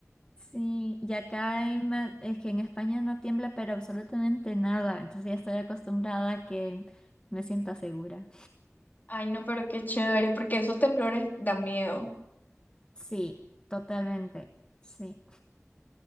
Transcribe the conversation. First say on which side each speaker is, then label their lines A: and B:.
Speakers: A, on the left (about 20°); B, on the left (about 35°).
A: Sí, y acá en Ma- es que en España no tiembla, pero absolutamente nada, entonces ya estoy acostumbrada a que me sienta segura.
B: Ay, no, pero qué chévere, porque esos temblores dan miedo.
A: Sí, totalmente, sí.